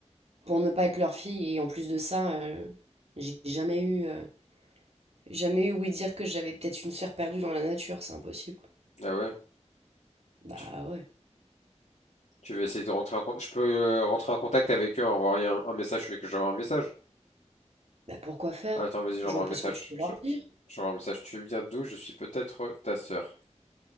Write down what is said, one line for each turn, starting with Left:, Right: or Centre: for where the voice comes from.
Right: pour ne pas être leur fille. Et en plus de ça, euh, j'ai jamais eu, euh, jamais eu oui dire que j'avais peut-être une sœur perdue dans la nature, c'est impossible.
Left: ah ouais.
Right: Bah
Left: Tu
Right: ouais.
Left: tu veux essayer de rentrer en contact? Je peux euh, rentrer en contact avec eux, envoyer un, un message. Tu veux que j'envoie un message?
Right: Bah pourquoi faire?
Left: Attends, vas-y, j'envoie
Right: Je vois
Left: un
Right: pas
Left: message.
Right: ce que tu peux leur
Left: Je-
Right: dire.
Left: je- J'envoie un message. Tu viens d'où? Je suis peut-être ta sœur.